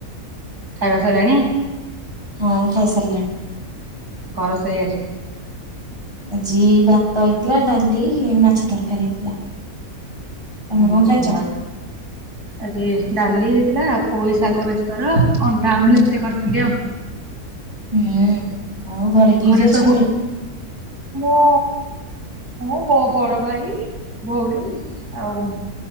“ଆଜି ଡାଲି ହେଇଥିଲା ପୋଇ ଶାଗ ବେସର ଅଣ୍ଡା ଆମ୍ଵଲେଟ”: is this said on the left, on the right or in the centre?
Right